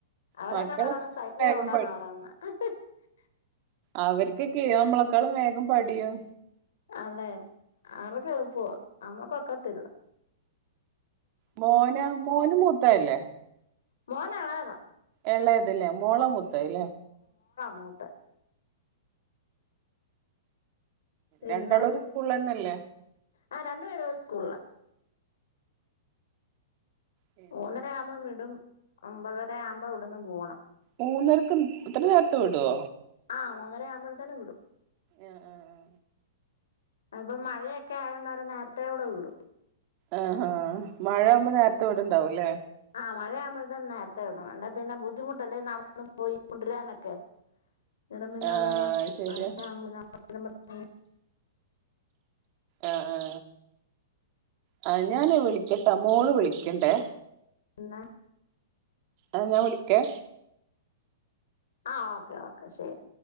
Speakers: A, on the left (about 80°); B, on the right (about 40°).
A: അവരെന്നോടവിടന്ന്
B: മക്കളൊക്കെ
A: സൈക്കിള്
B: വേഗം
A: ചവിട്ടാനാ പറയുന്നേ <unintelligible>
B: അവർക്കൊക്കെയ നമ്മളക്കാളും വേഗം പടിയും.
A: അതെ <unintelligible> നമ്മക്കൊക്കത്തില്ല.
B: മോന് മോന് മൂത്തതല്ലേ
A: മോന് എളേതാ
B: ഇളയത് ല്ലെ മോള മൂത്തത് ല്ലേ
A: മൂത്ത പിന്നെ.
B: രണ്ടാളും ഒരു സ്കൂളിലന്നല്ലേ
A: ആ രണ്ടു പേരും ഒരു സ്കൂളിലാ
B: പിന്നെ
A: മൂന്നര ആവുമ്പോം വിടും ഒമ്പതര ആവുമ്പോ ഇവിടുന്നു പോണം
B: മൂന്നരക്ക്. ഇത്ര നേരത്തെ വിടുവോ
A: ആ മൂന്നര ആമ്പഴ്ത്തേന് വിടും
B: ആ ആ ആ
A: ഇപ്പ മഴയൊക്കെ ആയോണ്ട് അവരെ നേരത്തെ കൂടെ വിടും
B: ആഹ് ഹാ. മഴ ആകുമ്പോ നേരത്തെ വിട്ണ്ടാവും ല്ലേ
A: ആ മഴയാകുമ്പത്തേനും നേരത്തെ വിടണം. അല്ലെ പിന്നെ ബുദ്ധിമുട്ടല്ലേ. നടന്നു പോയി കൊണ്ടരാനൊക്കെ അന്നേരം പിന്നെ
B: ആഹ്
A: അവരങ്ങ്
B: ശരിയാ
A: മഴയാവ്മ്പഴാ <unintelligible>
B: ആ ആ ഹാ ഞാന് വിളിക്കട്ടൊ മോള് വിളിക്ണ്ടേ
A: ന്നാ
B: ആഹ് ഞാൻ വിളിക്കെ
A: ആഹ് ഓക്കെ ഓക്കെ ശരി